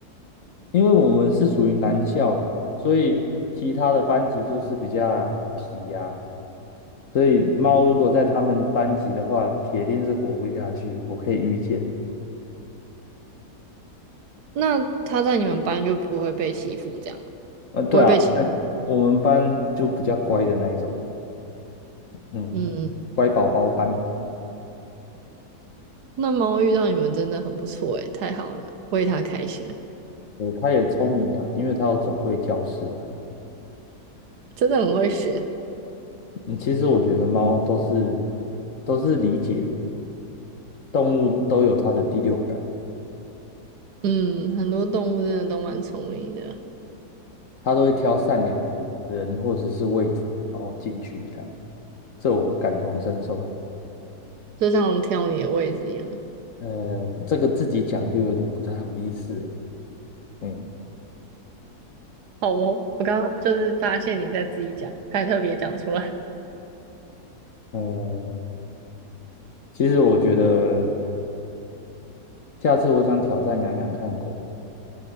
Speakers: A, on the left; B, on the right.
A: 因为我们是属于男校啦，所以其他的班级就是比较皮呀、所以猫如果在他们班级的话，铁定是活不下去，我可以预见。
B: 那他在你们班就不会被欺负，这样
A: 嗯、
B: 不会被欺负
A: 对啊，嗯我们班就比较乖的那一种，嗯，
B: 嗯，
A: 乖宝宝班，
B: 那猫遇到你们真的很不错诶，太好了，为它开心，
A: 它也聪明啦，因为它要走对教室啊。
B: 真的很会学。
A: 嗯，其实我觉得猫都是都是理解的，动物都有它的第六感。
B: 嗯，很多动物真的都蛮聪明的，
A: 他都会挑善良的人或者是位置，然后进去这样，这我感同身受。
B: 就像挑你的位置一样。
A: 呃，这个自己讲就有点不太好意思了嗯，
B: 好哦，我刚刚就是发现你在自己讲，才特别讲出来。
A: 呃，其实我觉得下次我想挑战养养看狗，